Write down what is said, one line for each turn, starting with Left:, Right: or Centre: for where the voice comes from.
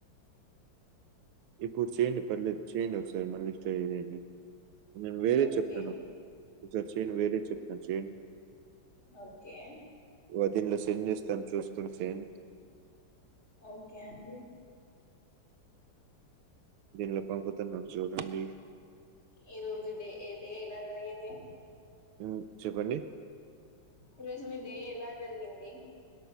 Right: ఇప్పుడు చేయండి పర్లేదు చేయండి ఒకసారి మళ్ళీ ట్రై చేయండి నేను వేరే
Left: ఓకే
Right: చెప్తాను ఒకసారి చేయయండి వేరే చెప్తాను చేయండి
Left: ఓకే
Right: వదీనిలో సెండ్ చేస్తాను చూసుకుని చేయండి
Left: ఓకే అండి
Right: దీనిలో పాంపతన్నాను చూడండి
Left: ఈ రోజు డే ఏ డే ఇలా జరిగింది
Right: హ్మ్ చెప్పండి
Left: ఈరోజు మీరు ఎలా జరిగింది